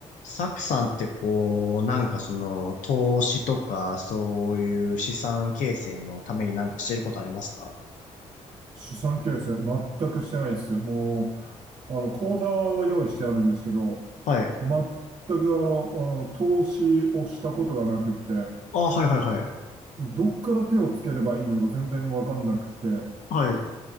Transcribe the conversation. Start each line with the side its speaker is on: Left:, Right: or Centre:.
Left: サクさんってこう、なんかその、投資とか、そういう資産形成のためになんかしてることありますか
Right: 資産形成、全くしてないです。もう、あの、口座は用意してあるんですけど、
Left: はい。
Right: 全くあの、あの投資をしたことがなくて、
Left: あ、はいはいはい。
Right: どっから手をつければいいのか全然わかんなくて、う
Left: はい。